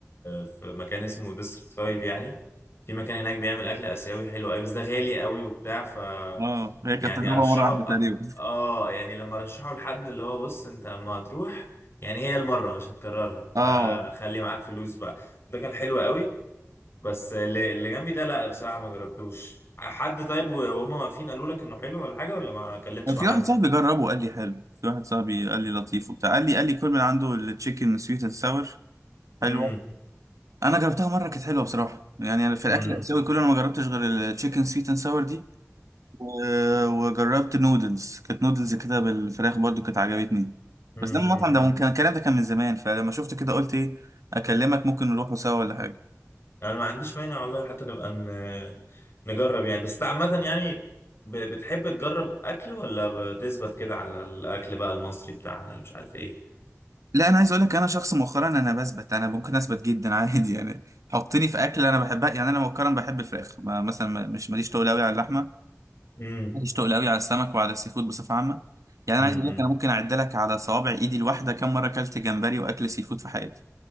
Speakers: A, on the left; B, on the right.
A: في مكان اسمه ديستريكت 5 يعني في مكان هناك بيعمل اكل اسيوي حلو قوي بس ده غالي قوي وبتاع ف
B: اه هي
A: يعني
B: كانت تجربة
A: ارشحه
B: مرة واحدة تقريبا
A: اه يعني لما ارشحه لحد اللي هو بص انت لما هتروح يعني هي المره مش هتكررها
B: اه
A: فخلي معاك فلوس بقى ده كان حلو قوي بس اللي اللي جنبي ده لا بصراحه ما جربتوش حد طيب وهم واقفين قالوا لك انه حلو ولا حاجه ولا ما كلمتش
B: كان في
A: مع حد
B: واحد صاحبي جربه قال لي حلو في واحد صاحبي قال لي لطيف وبتاع قال لي قال لي كل من عنده التشيكن سويت اند ساور حلوة
A: امم
B: انا جربتها مره كانت حلوه بصراحه يعني أنا في الاكل
A: امم
B: الاسيوي كله انا ما جربتش غير التشيكن سويت اند ساور دي و- وجربت نودلز كانت نودلز كده بالفراخ برضو كانت عجبتني
A: امم
B: بس ده المطعم ده ممكن الكلام ده كان من زمان فلما شفت كده قلت ايه اكلمك ممكن نروحوا سوا ولا حاجه
A: يعني انا ما عنديش مانع والله حتى نبقى ن- نجرب يعني بس عامة يعني ب- بتحب تجرب اكل ولا بتثبت كده على الاكل بقى المصري بتاعنا اللي مش عارف ايه
B: لا انا عايز اقول لك انا شخص مؤخرا انا بثبت انا ممكن اثبت جدا عادي يعني حطني في اكل انا بحبها يعني انا مؤخرا بحب الفراخ ما- مثلا ما- مش ماليش تقول قوي على اللحمه
A: امم
B: مشتاق قوي على السمك وعلى السي فود بصفه عامه يعني
A: امم
B: انا عايز اقول لك انا ممكن اعد لك على صوابع ايدي الواحده كم مره اكلت جمبري واكل سي فود في حياتي